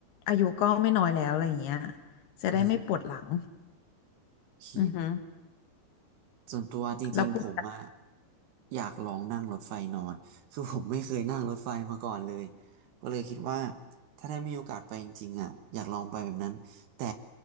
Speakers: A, on the left; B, on the right.
A: อายุก็ไม่น้อยแล้วอะไรอย่างเงี้ยจะได้ไม่ปวดหลัง
B: <laughs> โอเค
A: อือฮึ
B: ส่วนตัวจริงๆผมอะ
A: แล้วคุณ
B: อยากลองนั่งรถไฟนอน <laughs> คือผมไม่เคยนั่งรถไฟมาก่อนเลย ก็เลยคิดว่าถ้าได้มีโอกาสไปจริงๆอะอยากลองไปแบบนั้น แต่